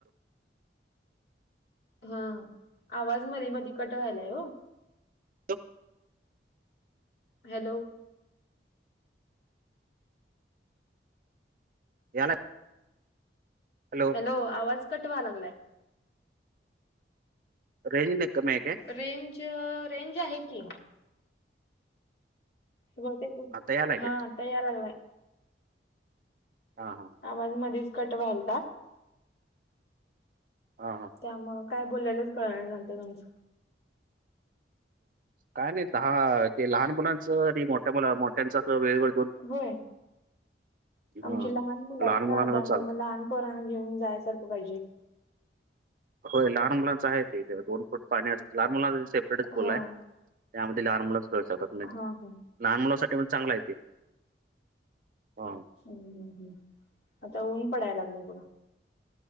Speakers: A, on the left; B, on the right.
A: हां आवाज मधी मधी कट व्हायलाय ओ
B: हॅलो
A: हॅलो
B: यालाय हॅलो
A: हो आवाज कट व्हाय लागलाय.
B: रेंज लय कमी आहेे काय?
A: रेंज रेंज आहे की. ते बहुतेक
B: आता यालाय काय
A: हां आता याय लागलाय.
B: हां हां
A: आवाज मधेच कट व्हायलता.
B: हां हां
A: त्यामुळ काय बोललेलच कळना झालत तुमच.
B: काय नाही दहा ते लहान मुलांच आणि मोठ्या मुला मोठ्यांच अस वेगवेगळ
A: होय
B: हा
A: आमची लहान मुल आहेत ना
B: मुलांना
A: त्यामुळे
B: पण चालतं
A: मग लहान पोरांना घेऊन जायसारख पाहिजे.
B: होय लहान मुलांच आहे ते इथे दोन फूट पाण्यात लहान मुलांच सेपरेटच
A: हा
B: पूल आहे. त्यामध्ये लहान मुलच खेळून जातात म्हणजे
A: हा हा
B: लहान मुलांसाठी पण चांगला आहेे ते. हां
A: हूं-हूं, आता ऊन पडायला लागलंय बघा.